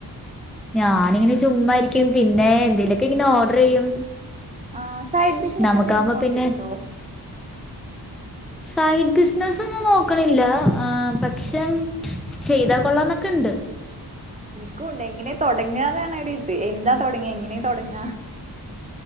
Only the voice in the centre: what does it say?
ഞാനിങ്ങനെ ചുമ്മാരിക്കും പിന്നെ എന്തെേലൊക്കെ ഇങ്ങനെ ഓർഡർ ചെയ്യും.
നമുക്കാവുമ്പോ
പിന്നെ സൈഡ് ബിസിനസോന്നും നോക്കണില്ല ആ പക്ഷെം ചെയ്താ കൊള്ളാന്നൊക്കെ ഇണ്ട്.